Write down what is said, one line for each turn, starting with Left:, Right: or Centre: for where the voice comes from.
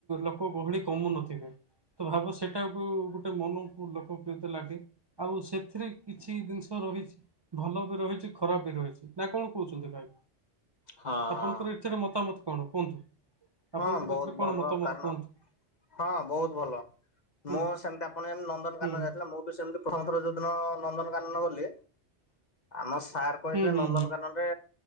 Right: ଲୋକ ଗହଳି କମୁନଥିବେ। ତ ଭାବ ସେଟାକୁ-ଉ-ଉ ଗୋଟେ ମନକୁ ଲୋକପ୍ରିୟତା ଲାଗେ। ଆଉ ସେଥିରେ କିଛି ଜିନିଷ ରହିଛି ଭଲ ବି ରହିଛି ଖରାପ୍ ବି ରହିଛି ନା କଣ କହୁଛନ୍ତି ଭାଇ?
Left: ହଁ
Right: ଆପଣଙ୍କର ଏଥିରେ ମତାମତ କଣ କୁହନ୍ତୁ? ଆପଣଙ୍କର
Left: ହଁ ବହୁତ୍
Right: ଏଥିରେ କଣ
Left: ଭଲ
Right: ମତାମତ
Left: କାରଣ
Right: କୁହନ୍ତୁ?
Left: ହଁ ବହୁତ୍ ଭଲ
Right: ହୁଁ
Left: ମୁଁ ସେମତି ଆପଣ ନନ୍ଦନକାନନ୍
Right: ହୁଁ
Left: ଯାଇଥିଲେ ମୁଁ ବି ସେମିତି ପ୍ରଥମଥର ଯଉଦିନ ନନ୍ଦନକାନନ୍ ଗଲି ଆମ ସାର୍ କହିଥିଲେ
Right: ହୁଁ ହୁଁ
Left: ନନ୍ଦନକାନନ୍ ରେ